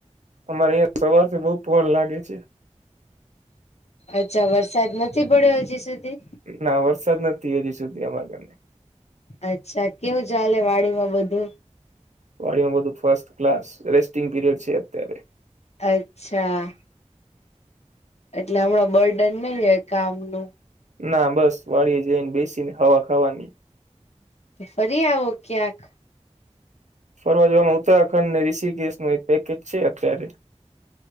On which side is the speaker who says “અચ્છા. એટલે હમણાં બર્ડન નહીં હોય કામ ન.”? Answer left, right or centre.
Left